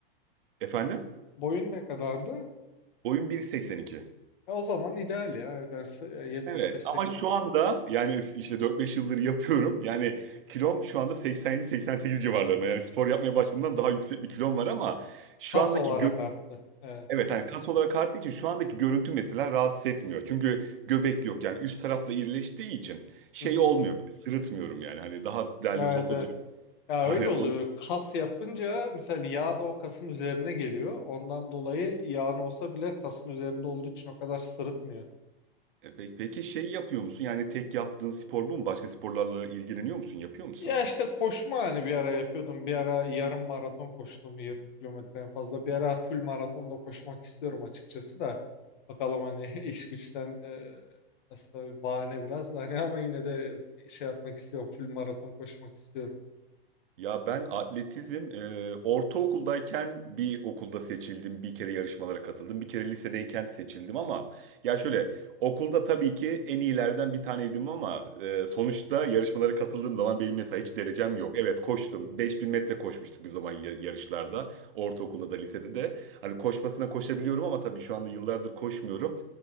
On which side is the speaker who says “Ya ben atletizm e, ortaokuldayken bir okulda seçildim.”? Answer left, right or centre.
Right